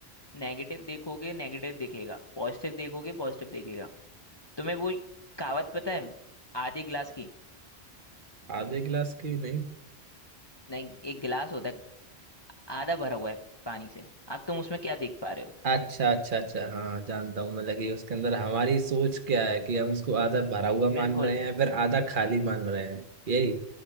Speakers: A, on the left; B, on the right.
A: नेगेटिव देखोगे नेगेटिव दिखेगा पॉजिटिव देखोगे पॉजिटिव दिखेगा तुम्हें वो कहावत पता है आधे गिलास की
B: आधे क्लास की नहीं
A: नहीं एक गिलास होता है आधा भरा हुआ है पानी से अब तुम उसमें क्या देख पा रहे हो
B: अच्छा अच्छा अच्छा हाँ जानता हूँ मतलब कि उसके अंदर हमारी सोच क्या है कि हम उसको आधा भरा हुआ मान
A: बिल्कुल
B: रहे हैं फिर आधा खाली मान रहे हैं यही